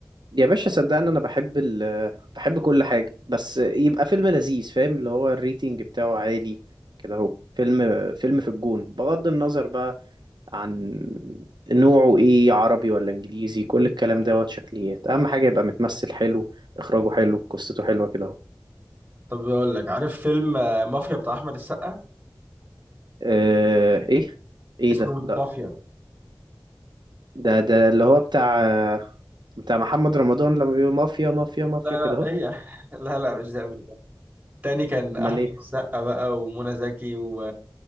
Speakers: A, on the right; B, on the right.
A: يا باشا صدقني انا بحب ال بحب كل حاجة بس يبقى فيلم لذيذ فاهم اللي هو الريتنج بتاعه عالي كده اهو فيلم فيلم في الجون بغض النظر بقى عن نوعه ايه عربي ولا انجليزي كل الكلام دوت شكليات اهم حاجة يبقى متمثل حلو اخراجه حلو قصته حلوة كده اهو
B: طب اقول لك عارف فيلم آه، مافيا بتاع احمد السقا
A: آه، ايه ايه
B: اسمه
A: ده لا
B: مافيا
A: ده ده اللي هو بتاع بتاع محمد رمضان لما بيقول مافيا مافيا
B: لا
A: مافيا
B: لا
A: كده اهو
B: هي <laughs> لا لا مش ده تاني كان احمد
A: امال ايه
B: السقا بقى ومنى زكي و...